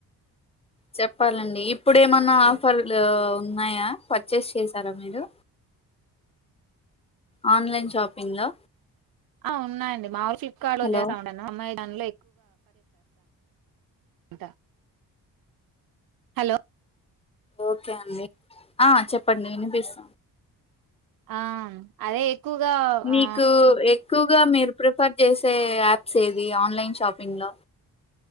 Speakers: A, on the left; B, on the right.
A: చెప్పాలండి ఇప్పుడు ఏమైన్నా ఆఫర్లు ఉన్నాయా పర్చేస్ చేసారా మీరు ఆన్లైన్ షాపింగ్ లో
B: ఆ ఉన్నాయండి మా ఫ్లిప్కార్ట్ లో
A: హలో
B: చేసాను నేను <unintelligible> హలో
A: ఓకే అండి ఆ చెప్ప పండిన బెస్
B: ఆమ్ అదే ఎక్కువగా
A: నీకు
B: ఆ
A: ఎక్కువగా మీరు ప్రిఫర్ చేసే యాప్స్ ఏది ఆన్లైన్ షాపింగ్ లో